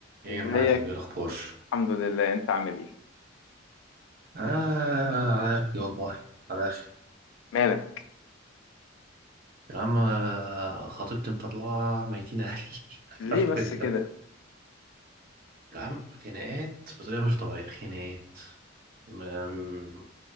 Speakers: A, on the right; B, on the left.
A: ايه
B: ازيك
A: يا معلم ايه الاخبار
B: الحمد لله انت عامل ايه
A: اه على اخري والله على اخري
B: مالك
A: يا عم آه، خطيبتي مطلعه ميتين اهلي <laughs>
B: ليه
A: حرفيا
B: بس كده
A: يا عم خناقات بطريقه مش طبيعيه خناقات أم،